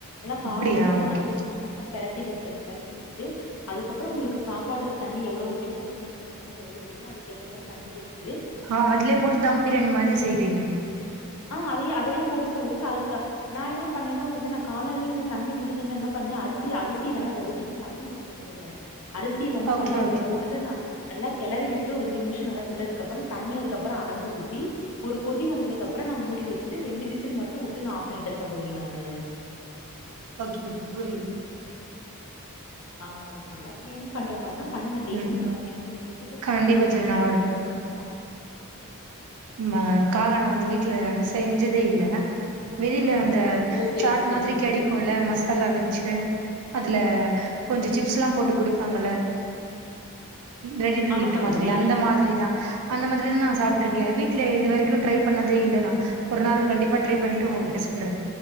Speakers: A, on the left; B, on the right.
A: எல்லா
B: அப்டியா
A: காளான்லல்லா
B: ஓகே
A: ஒரு அஞ்சு நிமிஷ நல்லா பெரட்டி விட்ருங்க பெரட்டி விட்டுட்டு அதுக்கப்புரோ உங்களுக்கு சாப்பாட்டுக்கு தண்ணி எவ்ளோ வப்பீங்களோ ஒன்னுக் த்ரீ ஹண்ட்ரட் <inaudible> எவ்ளோ வப்பீகளோ அதுக்கேத்த மாரி தண்ணி வச்சு
B: ஆ அதுலே போட்டு தம் பிரியாணி மாரி செய்றீங்க
A: ஆ அதேயே அதுலே போட்டு சகோதரி நா என்ன பண்ணேன்னு வந்துட்டு நா காளான்லயு வ தண்ணி விடுதுன்னு வேண் பண்ண அரிசிய அரிசி நல்லா வடுச்சுட்டு தண்ணி ஊத்துன மொதல்ல அரிசி வந்து
B: ஓகே
A: நல்லா அதுல
B: ஓகே
A: போட்டுட்டு நல் நல்லா கெளறி விட்டுட்டு ஒரு ரெண்டு நிமிஷ நல்லா விட்டதுக்கப்பறோ தண்ணி அதுக்கப்பறோ அளந்து ஊத்தி ஒரு கொதி வந்ததுகப்பறோ நல்லா மூடி வச்சுட்டு ரெண்டு விசில் மட்டு வுட்டு நா ஆஃப் பண்ணிட்டே சகோதரி நானு
B: ஓகே ஓகே புரியுது
A: ஆ எல்லா பிரியாணியு பண்ற மாரிதா பண்ணுங்க டேஸ்ட்
B: ம்
A: நல்லாருக்கு இதுக்கு நீங்க தொட்டுக்கிறதுக்கு
B: கண்டிப்பா
A: பாத்தீங்கன்னா
B: தோழி
A: ஆனியன்
B: நா
A: ரைதா பண்ணலா
B: ம்ம காளான் வந்து
A: ஆ
B: வீட்ல செய்ஞ்சதே இல்ல வெளில வந் ந்த
A: ஓ செரிங்க
B: சாட்
A: செரிங்க
B: மாதிரி கெடைக்குல
A: சகோதரி
B: மசாலா வச்சு அதுல கொஞ்ச சிப்ஸ்ல்லா போட்டு கொடுப்பாங்கள. ரெடி டு
A: ஆமா
B: ஈட்
A: சகோதரி
B: மாதிரி, அந்த மாதிரி தா அந்த மாதிரி தா நா சாப் ட்ருக்கே. வீட்ல இது வரைக்கு ட்ரை பண்ணதே இல்ல நா, ஒரு நாள் கண்டிப்பா ட்ரை பண்ணிட்டு உங்ககிட்ட சொல்றே